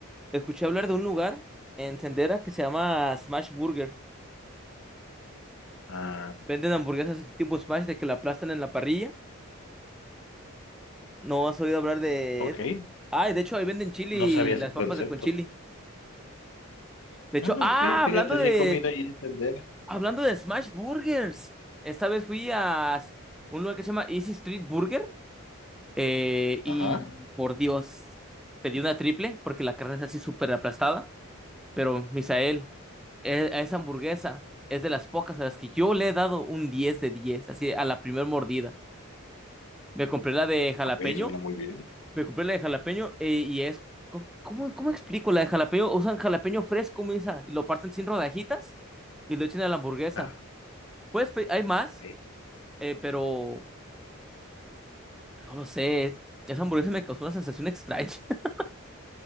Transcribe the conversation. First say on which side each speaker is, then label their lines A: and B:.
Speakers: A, in the centre; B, on the left (about 65°).
A: escuché hablar de un lugar en Sendera que se llama Smash Burger.
B: ah,
A: Venden hamburguesas de tipo Smash de que la aplastan en la parrilla. ¿No has oído hablar de
B: ok,
A: eso? Ah, y de hecho ahí venden chili,
B: no sabía
A: las
B: ese
A: papas
B: concepto.
A: de con chili. De hecho,
B: Ah, ok,
A: ah,
B: fíjate,
A: hablando de,
B: sí he comido ahí en Sendera.
A: hablando de Smash Burgers. Esta vez fui a un lugar que se llama Easy Street Burger. eh, y
B: Ajá.
A: por Dios, pedí una triple porque la carne es así súper aplastada. Pero, Misael, e- a esa hamburguesa es de las pocas a las que yo le he dado un 10 de 10 así a la primer mordida. Me compré la de jalapeño,
B: Ok, suena muy bien.
A: me compré la de jalapeño eh, y es. ¿Cómo, cómo cómo explico? La de jalapeño, usan jalapeño fresco, Misa, y lo parten sin rodajitas y lo echan a la hamburguesa.
B: Ah,
A: Puedes pe- hay más,
B: ok.
A: eh, pero no lo sé. Esa hamburguesa me causó una sensación extraña. <laughs>